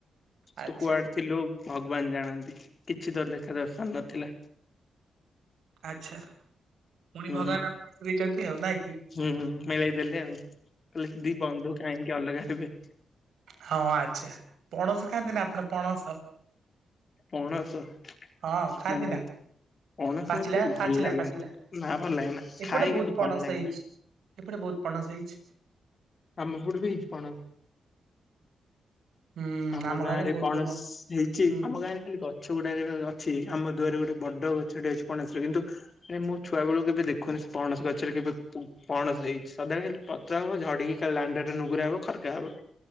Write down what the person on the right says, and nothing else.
ଆଚ୍ଛା
ଆଚ୍ଛା। ପୁଣି
ଭଗବାନ ଆମକୁ ଦେଇଛନ୍ତି ଆଉ ନାଇଁ କି
ହଁ ଆଚ୍ଛା ପଣସ ଖାଆନ୍ତି ନା ଆପଣ ପଣସ
ହଁ ଖାଆନ୍ତି
ନା।
ପାଚିଲା
ପାଚିଲା
ପାଚିଲା
ଏପଟେ
ବହୁତ
ପଣସ
ହେଇଛି। ଏପଟେ ବହୁତ ପଣସ ହେଇଛି।
ହୁଁ
ଗାଁରେ
ବହୁତ
ପଣ-
ହୁଁ